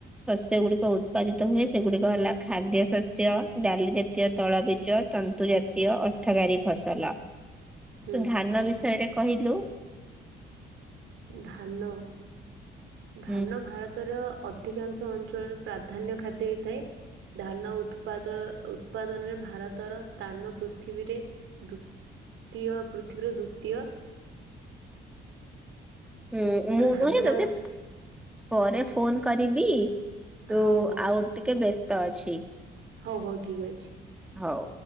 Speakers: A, in the centre; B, on the right.
A: ଶସ୍ୟ ଗୁଡିକ ଉତ୍ପାଦିତ ହୁଏ ସେଗୁଡିକ ହେଲା ଖାଦ୍ୟ ଶସ୍ୟ ଡାଲି ଜାତୀୟ ତୈଳ ବିଜ ତନ୍ତୁ ଜାତୀୟ ଅର୍ଥଗାରୀ ଫସଲ। ତୁ
B: ହୁଁ
A: ଧାନ ବିଷୟରେ କହିଲୁ।
B: ଧାନ ଧାନ
A: ହୁଁ
B: ଭାର ତର ଅଧିକାଂଶ ଅଞ୍ଚଳରେ ପ୍ରାଧାନ୍ୟ ଖାଦ୍ୟ ହୋଇଥାଏ। ଧାନ ଉତ୍ପାଦ ଉତ୍ପାଦନରେ ଭାରତର ସ୍ଥାନ ପୃଥିବୀରେ ଦୂ ତୀୟ ପୃଥିବୀର ଦ୍ଵିତୀୟ।
A: ହୁଁ ମୁଁ
B: ଆରେ ଧାନଟା
A: ନୁହେଁ ତତେ
B: ମୁଁ
A: ପରେ ଫୋନ କରିବି। ତୁ
B: ହଉ ହଉ
A: ଆଉ ଟିକେ ବ୍ୟସ୍ତ ଅଛି।
B: ହଉ ହଉ ଠିକ୍ ଅଛି।
A: ହଉ।